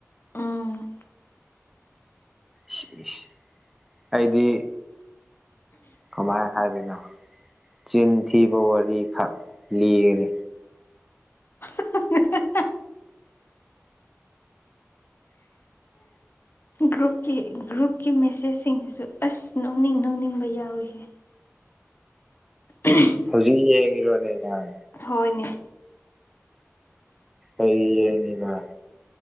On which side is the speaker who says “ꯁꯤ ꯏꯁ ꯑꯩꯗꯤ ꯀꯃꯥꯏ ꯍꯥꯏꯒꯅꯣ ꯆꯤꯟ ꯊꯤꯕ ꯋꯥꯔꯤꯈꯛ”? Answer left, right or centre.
Centre